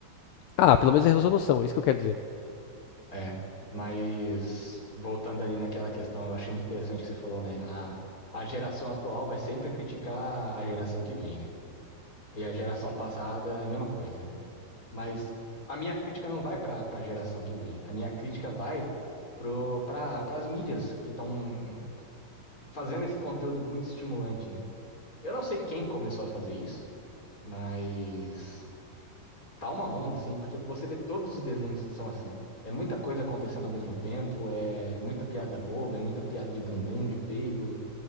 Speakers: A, on the left; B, on the left.
A: Ah, pelo menos é resolução, é isso que eu quero dizer.
B: É, mas voltando ali naquela questão, eu achei muito interessante que você falou, né? A, a geração atual vai sempre criticar a geração que vem, né? E a geração passada é a mesma coisa, né? Mas a minha crítica não vai para a geração que vem. A minha crítica vai para as mídias que estão fazendo esse conteúdo muito estimulante, né? Eu não sei quem começou a fazer isso, mas tá uma onda, assim, porque você vê todos os desenhos são assim. É muita coisa acontecendo ao mesmo tempo, é muita piada boba, é muita piada de bumbum, de peido,